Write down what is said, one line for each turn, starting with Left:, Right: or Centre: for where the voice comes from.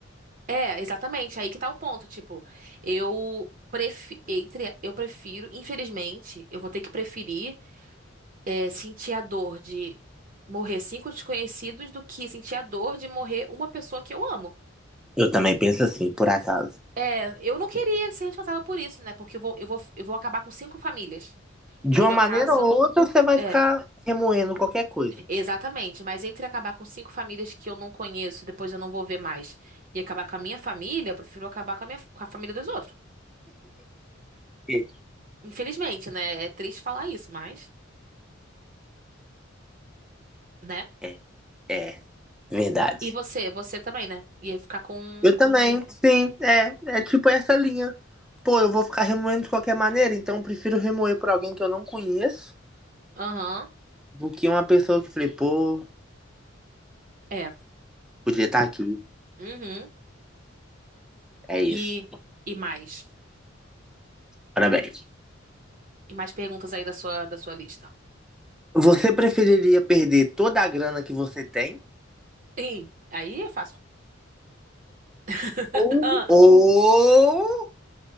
Right: É, exatamente, aí que tá o ponto. Tipo, eu prefiro, entre, eu prefiro, infelizmente, eu vou ter que preferir é, sentir a dor de morrer cinco desconhecidos do que sentir a dor de morrer uma pessoa que eu amo.
Centre: Eu também penso assim, por acaso.
Right: É, eu não queria ser responsável por isso, né? Porque eu vou, eu vou, eu vou acabar com cinco famílias.
Centre: De
Right: E no
Centre: uma
Right: meu
Centre: maneira
Right: caso,
Centre: ou outra, você vai
Right: é,
Centre: ficar remoendo qualquer coisa.
Right: exatamente. Mas entre acabar com cinco famílias que eu não conheço, depois eu não vou ver mais, e acabar com a minha família, eu prefiro acabar com a minha, com a família dos outros.
Centre: É,
Right: Infelizmente, né? É triste falar isso, mas, né?
Centre: é, é, verdade.
Right: E você, você também, né? Ia ficar com,
Centre: Eu
Right: com...
Centre: também, sim, é, é tipo essa linha. Pô, eu vou ficar remoendo de qualquer maneira, então eu prefiro remoer por alguém que eu não conheço
Right: Aham,
Centre: do que uma pessoa que eu falei, pô,
Right: é.
Centre: podia estar aqui.
Right: Uhum.
Centre: É isso.
Right: E, e mais.
Centre: Parabéns.
Right: E mais perguntas aí da sua, da sua lista.
Centre: Você preferiria perder toda a grana que você tem
Right: Ih, aí é fácil. <laughs>
Centre: ou,
Right: Ah,
Centre: ou